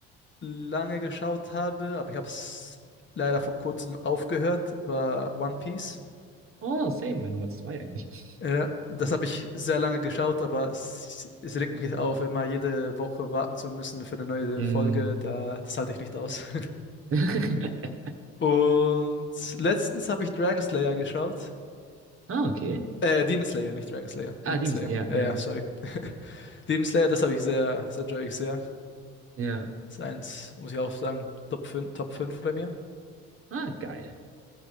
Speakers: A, on the left (about 35°); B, on the right (about 45°).
A: lange geschaut habe, aber ich habe es leider vor kurzem aufgehört, war One Piece.
B: Oh, same, meine Nummer zwei eigentlich.
A: Ja, das habe ich sehr lange geschaut, aber es, es regt mich auf, immer jede Woche warten zu müssen für eine neue
B: Mm.
A: Folge. Da, das halte ich nicht aus.
B: <laughs>
A: <laughs> Und letztens habe ich Dragon Slayer geschaut.
B: Ah, okay.
A: Äh, Demon Slayer, nicht Dragon Slayer.
B: Ah,
A: Demon
B: die
A: Slayer.
B: müssen, ja,
A: Ja,
B: ja,
A: ja, sorry. Demon Slayer, das habe ich sehr, sehr enjoy ich sehr.
B: ja.
A: Ist eins, muss ich auch sagen, Top 5, Top 5 bei mir.
B: Ah, geil.